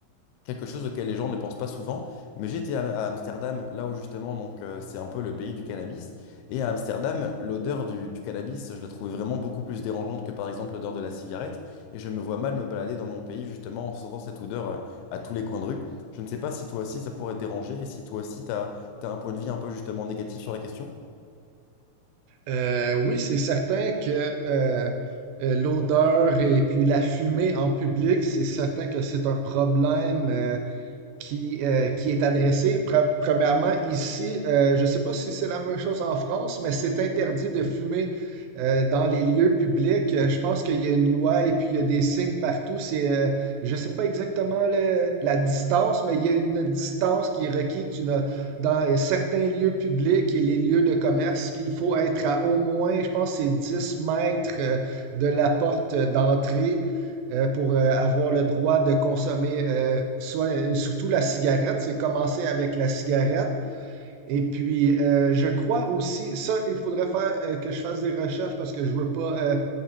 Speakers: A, on the left; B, on the right.
A: quelque chose auquel les gens ne pensent pas souvent. Mais j'étais à, à Amsterdam, là où justement, donc euh, c'est un peu le pays du cannabis. Et à Amsterdam, l'odeur du, du cannabis, je la trouvais vraiment beaucoup plus dérangeante que par exemple l'odeur de la cigarette. Et je me vois mal me balader dans mon pays justement en sentant cette odeur euh, à tous les coins de rue. Je ne sais pas si toi aussi ça pourrait te déranger et si toi aussi t'as, t'as un point de vue un peu justement négatif sur la question.
B: Euh, oui, c'est certain que euh, euh, l'odeur et puis la fumée en public, c'est certain que c'est un problème. euh, qui, euh, qui est adressée. Pre- Premièrement, ici, euh, je ne sais pas si c'est la même chose en France, mais c'est interdit de fumer euh, dans les lieux publics. Euh, Je pense qu'il y a une loi et puis il y a des signes partout. C'est, euh, je ne sais pas exactement le- la distance, mais il y a une distance qui est requise. Tu n'as- dans certains lieux publics et les lieux de commerce, il faut être à au moins, je pense, que c'est 10 mètres euh, de la porte d'entrée euh, pour euh, avoir le droit de consommer euh, soit euh, surtout la cigarette. C'est commencer avec la cigarette. Et puis, euh, je crois aussi, ça, il faudrait faire euh, que je fasse des recherches parce que je veux pas euh,